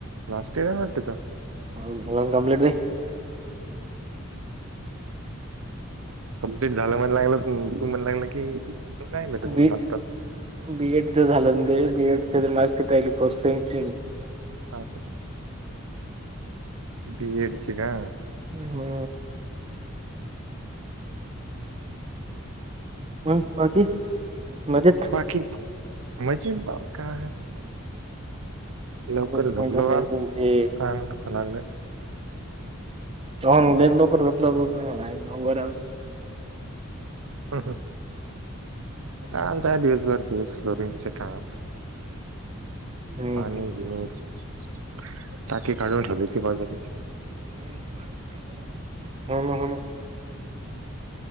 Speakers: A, on the right; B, on the right.
A: लास्ट इयर वाटते तीत.
B: <unintelligible>
A: कमप्लीट झालं म्हण लागलं तू म्हण लागलं की नाही भेटत म्हणून
B: बी
A: आताच
B: बीएडच झालं म्हणे बीएड मार्क्स <unintelligible>
A: ह बीएडच का?
B: ह हो. हम बाकी मजेत.
A: बाकी मजेत का? लवकर
B: फ्रेंड
A: झोपलो
B: वगैरे
A: काल
B: तुमचे
A: कान दुखा लागलंय.
B: <inaudible>
A: हम हम काम आमचे तेच दिवसभर दिस फ्लोरिंगच काम.
B: हो
A: पाणी <unintelligible> टाकी काढून ठेवली होती बाजूले.
B: <inaudible> ना हो ना.